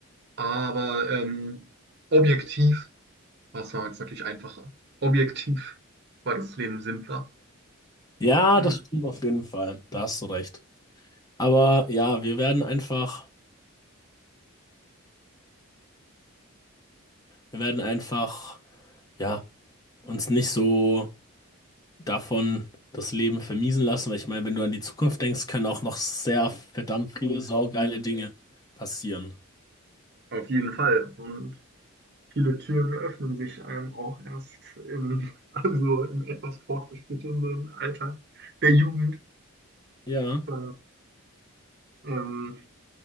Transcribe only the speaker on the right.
Aber ähm, objektiv war es damals natürlich einfacher. Objektiv war das Leben simpler.
Mhm.
Auf jeden Fall. Und viele Türen öffnen sich einem auch erst im, <laughs> also im etwas fortgeschrittenen Alter der Jugend.
Äh, ähm,